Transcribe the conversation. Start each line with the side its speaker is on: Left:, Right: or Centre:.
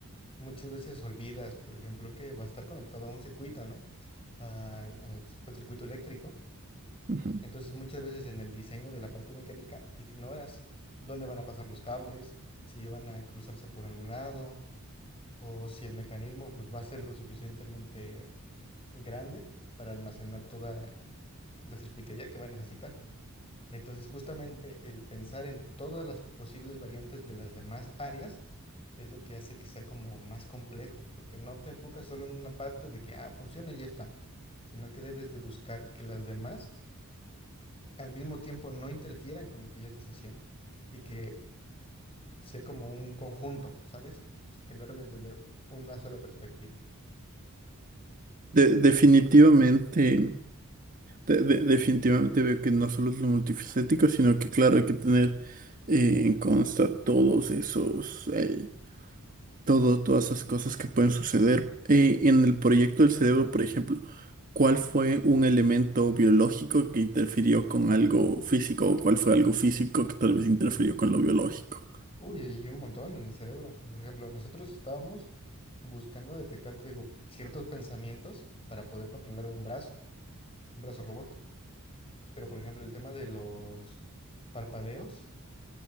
Left: muchas veces olvidas, por ejemplo, que va a estar conectado a un circuito, ¿no? Al, al al circuito eléctrico.
Right: Ujú.
Left: Entonces, muchas veces en el diseño de la parte mecánica ignoras dónde van a pasar los cables, si van a cruzarse por algún lado, o si el mecanismo pues, va a ser lo suficientemente grande para almacenar toda la circuitería que va a necesitar. Entonces, justamente el pensar en todas las posibles variantes de las demás áreas es lo que hace que sea como más complejo, porque no te enfocas solo en una parte de que, ah, funciona y ya está, sino que debes de buscar que las demás al mismo tiempo no interfieran con lo que ya estás haciendo y que sea como un conjunto, ¿sabes? O sea, que lo armes desde una sola perspectiva.
Right: De- definitivamente. De- de- definitivamente veo que no solo es lo multifacético, sino que claro, hay que tener eh, en consta todos esos, eh, todo, todas esas cosas que pueden suceder. Eh, en el proyecto del cerebro, por ejemplo, ¿cuál fue un elemento biológico que interfirió con algo físico? ¿O cuál fue algo físico que tal vez interfirió con lo biológico?
Left: Uy, hay un montón en el cerebro. Por ejemplo, nosotros estábamos buscando detectar, te digo, ciertos pensamientos para poder controlar un brazo. un brazo robot. Pero, por ejemplo, el tema de los parpadeos